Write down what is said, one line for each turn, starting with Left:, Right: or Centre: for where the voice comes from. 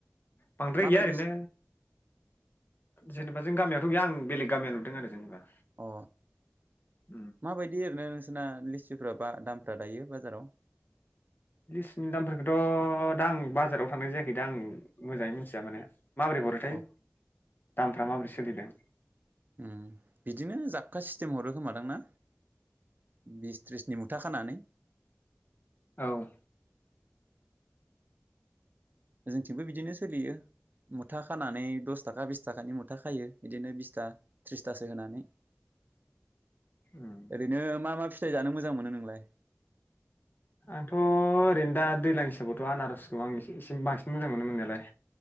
Left: बांद्राय
Right: माबायदि
Left: गैया ओरैनो जेनेबा जों गामियावथ' गैया आं बेले गामियाव नुदों आरो जेनेबा
Right: अ
Left: उम
Right: माबायदि ओरैनो नोंसोरना लि <unintelligible> बा दामफ्रा दायो बाजाराव
Left: लिसुनि दामफोरखौथ' दा आं बाजाराव थांनाय जायाखै दा आं मोजाङै मिथिया माने माबोरै हरोथाय
Right: अ
Left: दामफ्रा माबोरै सोलिदों?
Right: उम बिदिनो जाबखा सिस्टेम हरो खोमादांना बिस त्रिसनि मुथा खानानै।
Left: औ
Right: जोंथिंबो बिदिनो सोलियो मुथा खानानै दस थाखा बिस थाखानि मुथा खायो बिदिनो बिसथा थ्रिसथासो होनानै
Left: उम
Right: ओरैनो मा मा फिथाय जानो मोजां मोनो नोंलाय
Left: आंथ' ओरैनो दा दैज्लां हिसाबावथ' आनारसखौ आं ए एसे बांसिन मोजां मोनो मोननायालाय।